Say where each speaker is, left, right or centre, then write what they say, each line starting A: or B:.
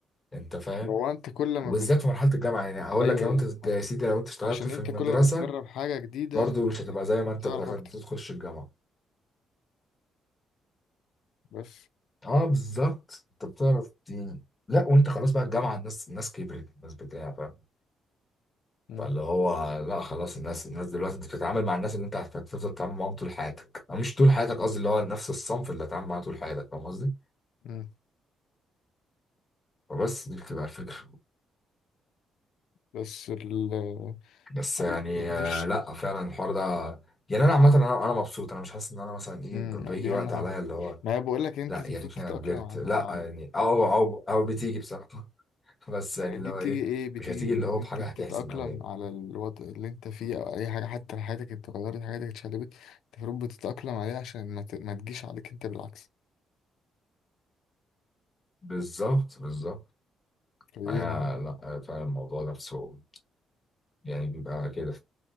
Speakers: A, on the left; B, on the left.
A: انت فاهم
B: لو انت كل ما
A: وبالذات في مرحله الجامعه يعني اقول
B: ايوه
A: لك لو
B: ايوه
A: انت
B: آه.
A: يا سيدي لو انت اشتغلت
B: عشان
A: في
B: انت
A: المدرسه
B: كل ما بتجرب حاجة جديدة
A: برضه مش هتبقى زي ما انت
B: تعرف
A: دخلت
B: اكتر
A: تخش الجامعه
B: بس
A: اه بالظبط انت بتعرف يعني لا وانت خلاص بقى الجامعه الناس الناس كبرت الناس بتاع فاهم
B: مم.
A: فاللي هو لا خلاص الناس الناس دلوقتي انت بتتعامل مع الناس اللي انت هتفضل تتعامل معاهم طول حياتك او مش طول حياتك قصدي اللي هو نفس الصنف اللي هتتعامل معاه طول حياتك فاهم قصدي
B: مم.
A: بس دي بتبقى الفكرة
B: بس ال
A: بس يعني
B: يعني مفيش
A: آه، لا فعلا الحوار ده يعني انا عامة انا انا مبسوط انا مش حاسس ان انا مثلا ايه
B: مم.
A: ب- بيجي
B: دي
A: وقت
B: اهم حاجة
A: عليا اللي هو
B: ما هي بقول لك انت
A: لا
B: المفروض
A: يا ريتني
B: تتأقلم
A: انا كبرت
B: على
A: لا
B: على
A: يعني او او او بتيجي بصراحة <laughs> بس
B: يعني
A: يعني
B: دي
A: اللي هو
B: بتيجي
A: ايه
B: ايه بتيجي
A: مش هتيجي
B: من
A: اللي
B: إيه؟ ان
A: هو
B: انت
A: بحاجة
B: بتتأقلم
A: هتحزن قوي يعني
B: على الوضع اللي انت فيه او اي حاجة حتى لو حياتك اتغيرت حياتك اتشقلبت انت المفروض بتتأقلم عليها عشان ما, ت... ما تجيش عليك انت بالعكس
A: بالظبط بالظبط
B: فدي-
A: آه لا آه، فعلا الموضوع نفسه يعني بيبقى كده